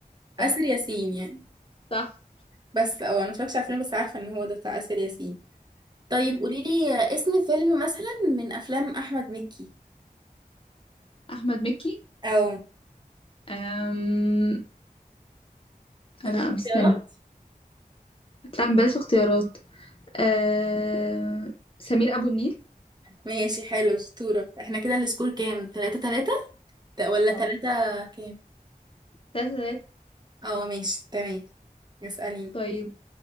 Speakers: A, on the left (about 35°); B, on the right (about 30°).
A: بطل
B: آسر ياسين يعني
A: صح
B: بس او انا ما اتفرجتش على الفيلم بس عارفه ان هو ده بتاع آسر ياسين طيب
A: تمام.
B: قولي لي اسم فيلم مثلا من افلام احمد مكي
A: أحمد مكي
B: او
A: أم...
B: نديك
A: لا
B: اختيارات
A: مستني لا بلاش اختيارات أم... سمير أبو النيل
B: ماشي حلو اسطوره احنا كده السكور كام 3 3 ولا
A: اه
B: 3 كام
A: تلاتة تلاتة
B: اه ماشي تمام اساليني
A: طيب